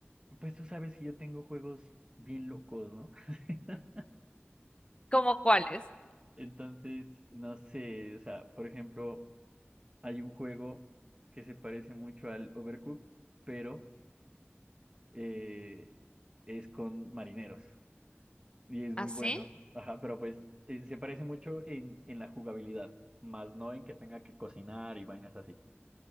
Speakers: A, on the right (about 25°); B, on the left (about 25°).
A: Pues tú sabes que yo tengo juegos bien locos, ¿no? <laughs>
B: ¿Cómo cuáles?
A: Entonces, no sé, o sea, por ejemplo, hay un juego que se parece mucho al Overcooked, pero eh, es con marineros y es
B: ¿Así?
A: muy bueno. Ajá, pero pues eh, se parece mucho en, en la jugabilidad, más no en que tenga que cocinar y vainas así.